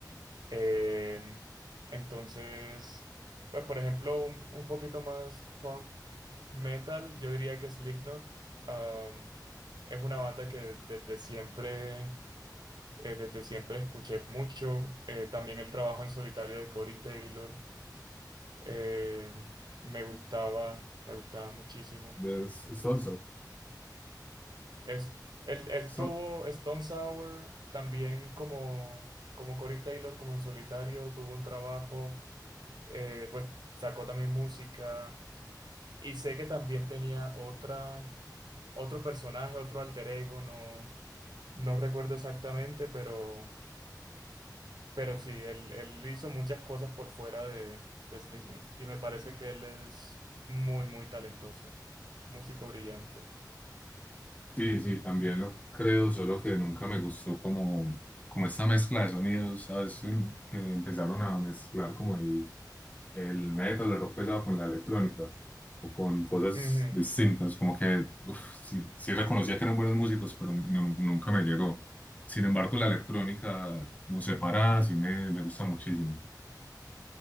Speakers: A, on the right (about 70°); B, on the left (about 20°).
A: Eh, entonces, pues por ejemplo, un, un poquito más punk metal, yo diría que Slipknot, um, es una banda que desde siempre eh, desde siempre escuché mucho. eh, también el trabajo en solitario de Corey Taylor eh, me gustaba, me gustaba muchísimo.
B: Es- es todo
A: Es, él, él
B: Son-
A: tuvo Stone Sour también como, como Corey Taylor, como en solitario, tuvo un trabajo, eh, pues sacó también música. Y sé que también tenía otra, otro personaje, otro alter ego, no, no recuerdo exactamente, pero... Pero sí, él, él hizo muchas cosas por fuera de, de Slipknot y me parece que él es muy, muy talentoso, músico brillante.
B: sí, sí, también lo creo, solo que nunca me gustó como, como esta mezcla de sonidos, ¿sabes? En- Que empezaron a mezclar como el el metal, el rock pesado con la electrónica o con cosas
A: Ujú.
B: distintas, como que uf, sí, sí reconocía que eran buenos músicos, pero nu- nunca me llegó. Sin embargo, la electrónica, no sé, parada, sí me, me gusta muchísimo.